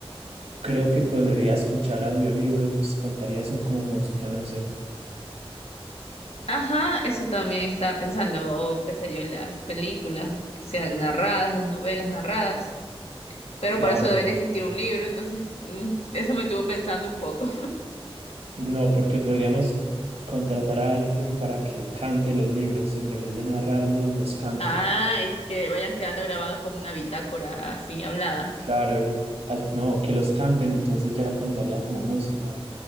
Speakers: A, on the right (about 80°); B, on the left (about 80°).
A: creo que podría escuchar audiolibros, contaría eso como música, no sé.
B: Ajá, eso también estaba pensando, o qué sé yo, las películas, que sean narradas, las novelas narradas, pero
A: Claro,
B: para eso debería existir un libro, entonces mm, eso me estuvo pensando un poco.
A: no, porque podríamos contratar a alguien para que cante los libros en vez de narrarlos, los cante.
B: Ah, y que vayan quedando grabados como una bitácora así hablada.
A: Claro, y- ah, no, que los canten, entonces ya contaría como música.